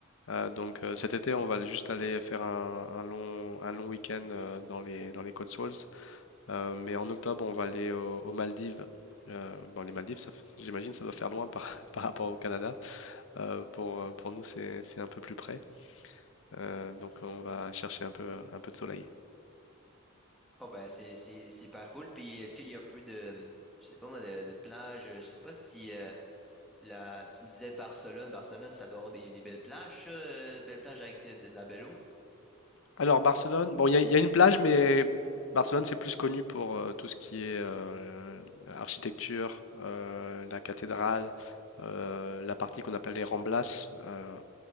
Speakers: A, on the left; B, in the centre.
A: Euh, donc, euh, cet été, on va juste aller faire un, un long, un long week-end euh, dans les, dans les Cotswolds. Euh, mais en octobre, on va aller au- aux Maldives. Euh, bon, les Maldives, ça f- j'imagine, ça doit faire loin par, <laughs> par rapport au Canada. Euh, pour, euh, pour nous, c'est, c'est un peu plus près. Euh, donc, on va chercher un peu, un peu de soleil.
B: Oh ben c'est c'est c'est pas cool. Puis est-ce qu'il y a un peu de je sais pas moi de, de plage, je sais pas si euh, la tu me disais Barcelone, Barcelone ça doit avoir des, des belles plages, ça, euh, belles plages avec de, de la belle eau.
A: Alors Barcelone, bon, il y, a il y a une plage, mais Barcelone, c'est plus connu pour euh, tout ce qui est euh, architecture, euh, la cathédrale, euh, la partie qu'on appelle les Ramblas, euh,